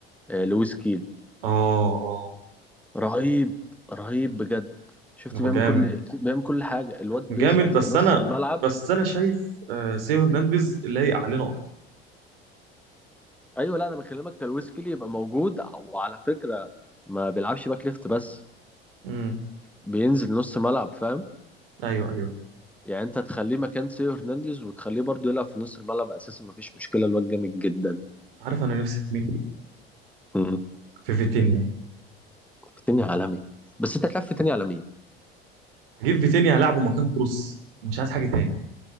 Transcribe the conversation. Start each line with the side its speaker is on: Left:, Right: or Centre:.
Centre: آه، لويس كيل
Right: اه اه
Centre: رهيب رهيب بجد شفت
Right: هو
Centre: بيعمل
Right: جامد
Centre: كل بيعمل كل حاجه الواد بيسقط
Right: جامد بس
Centre: في نص
Right: انا
Centre: الملعب
Right: بس انا شايف آه، سيو هرنانديز لايق علينا اكتر
Centre: ايوه لا انا بكلمك كالويسكلي يبقى موجود وعلى فكره ما بيلعبش باك ليفت بس
Right: امم
Centre: بينزل نص ملعب فاهم
Right: ايوه ايوه
Centre: يعني انت تخليه مكان سيو هرنانديز وتخليه برضه يلعب في نص الملعب اساسا مفيش مشكله الواد جامد جدا
Right: عارف انا نفسي في مين
Centre: مم.
Right: في فيتينيا
Centre: في تاني عالمي بس انت هتلعب في تاني على مين
Right: هجيب فيتينيا العبه مكان كروس مش عايز حاجه تاني